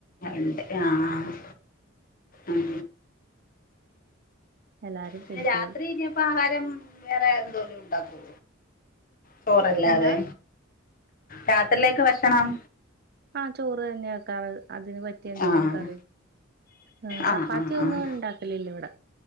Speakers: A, on the left (about 45°); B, on the right (about 50°).
A: ഉണ്ട് ആ ആ ഉം
B: എല്ലാരും
A: പിന്നെ
B: ജോലിക്ക്
A: രാത്രി
B: പോയി
A: ഇനിപ്പ് ആഹാരം വേറെ എന്തോലും ഉണ്ടാക്കോ ചോറല്ലാതെ
B: എന്താ
A: രാത്രിയിലേക്ക് ഭക്ഷണം
B: ആഹ് ചോറ് തന്നെ ആക്കാറ് അതിന് പറ്റി എന്തെേലും
A: ആഹ്
B: കറി ആ
A: ആഹ്
B: ചപ്പാത്തി
A: ആഹ്
B: ഒന്നും
A: ആഹ്
B: ഉണ്ടാക്കലല്ലോ ഇവിടെ